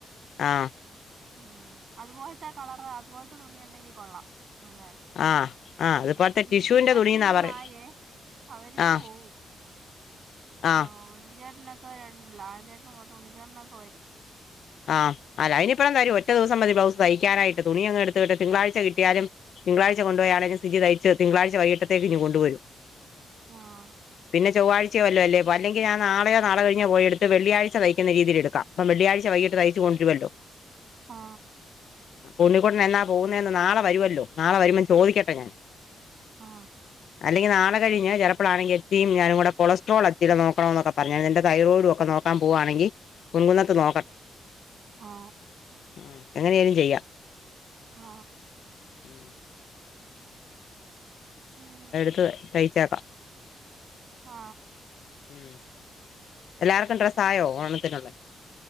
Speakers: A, on the left; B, on the right.
A: ആഹ്
B: ഉം അതുപോൽത്തെ ആ കളററോ അതുപോൽത്തെ തുണിയൊ ഉണ്ടെങ്കി കൊള്ളാം. നല്ലകാര്യം
A: ആ ആ അതിപ്പോഴത്തെ
B: ഇന്നിപ്പോ
A: ടിഷ്യുവിന്റെ
B: ഇരുപത്തി
A: തുണിന്നാ
B: മൂന്നായേ
A: പറയുന്നെ
B: അവരിപ്പോ
A: ആ
B: പോവും
A: ആ
B: ആഹ് <unintelligible> ഇക്കയുണ്ടാലോ ലാലൻ ചേട്ടനും ഇങ്ങോട്ട് ഉണ്ണി ചേട്ടൻ ഒക്കെ വരും.
A: ആഹ് അയിനിപ്പുറം തരും ഒറ്റദിവസം മതി ബ്ലൗസ് തയ്ക്കാനായിട്ട്. തുണി അങ്ങ് എടുത്തിട്ട്. തിങ്കളാഴ്ച കിട്ടിയാലും തിങ്കളാഴ്ച കൊണ്ടു പോയാണേലും. വൃത്തിക്ക് തയ്ച്ച് തിങ്കളാഴ്ച വൈകിട്ടത്തേക്ക് ഇങ്ങ് കൊണ്ടുവരും.
B: ആഹ്
A: പിന്നെ ചൊവ്വാഴ്ചയോ വെല്ല്യ അല്ലല്ലേ അല്ലെങ്കിൽ ഞാൻ നാളെയോ നാളെ കഴിഞ്ഞോ പോയെടുത്തു വെള്ളിയാഴ്ച തയ്ക്കുന്ന രീതിയിലെടുക്കാം, അപ്പം വെള്ളിയാഴ്ച വൈകിട്ട്. തയ്ച്ച് കൊണ്ടരുവല്ലോ.
B: ആ
A: ഉണ്ണിക്കുട്ടൻ എന്നാ പോകുന്നേന്ന് നാളെ വരുമല്ലോ. നാളെ വരുമ്പം ചോദിക്കട്ടെ ഞാൻ.
B: ആ
A: അല്ലെങ്കി നാളെ കഴിഞ്ഞു ചെലപ്പളാണെങ്കിൽ <unintelligible> ഞാനും കൂടെ കൊളസ്ട്രോള് <unintelligible> നോക്കണോന്നൊക്കെ പറഞ്ഞാരുന്നു. എന്റെ തൈറോയിഡും ഒക്കെ നോക്കാൻ പോവുവാണെങ്കി പൊൻകുന്നത്ത് നോക്കട്ടെ.
B: ആ
A: മ് എങ്ങനെലും ചെയ്യാം
B: ആ
A: മ്
B: ഉം
A: <unintelligible> തയ്ച്ചേക്കാം.
B: ആ
A: ഉം, എല്ലാർക്കും ഡ്രസായോ? ഓണത്തിനുള്ളത്.